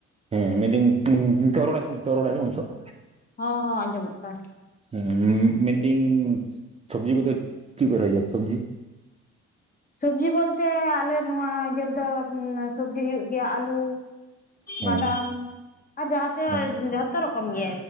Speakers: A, on the right; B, on the left.
A: ᱦᱮᱸ ᱢᱤᱫ ᱫᱚ ᱱᱤ ᱱᱤ ᱱᱤᱛᱚᱜ ᱨᱚᱲ‌ <inaudible>
B: ᱦᱚᱸ ᱦᱚᱸ ᱟᱸᱡᱚᱢᱚᱜ ᱠᱟᱱᱟ ᱾
A: ᱦᱮᱸ ᱢᱮᱱᱫᱤᱧ ᱥᱚᱵᱽᱡᱤ ᱠᱚᱫᱚ ᱪᱮᱫ ᱯᱮ ᱨᱚᱦᱚᱭ ᱜᱮᱭᱟ ᱥᱚᱵᱽᱡᱤ?
B: ᱥᱚᱵᱡᱤ ᱵᱚᱞᱛᱮ ᱟᱞᱮ ᱱᱚᱣᱟ ᱤᱭᱟᱹ ᱨᱮᱫᱚ ᱥᱚᱵᱡᱤ ᱦᱩᱭᱩᱜ ᱜᱮᱭᱟ ᱟᱞᱩ
A: ᱦᱮᱸ
B: ᱵᱟᱫᱟᱢ ᱟᱨ ᱡᱟᱦᱟᱸᱛᱮ
A: ᱦᱮᱸ
B: ᱡᱷᱚᱛᱚ ᱨᱚᱠᱚᱢ ᱜᱮ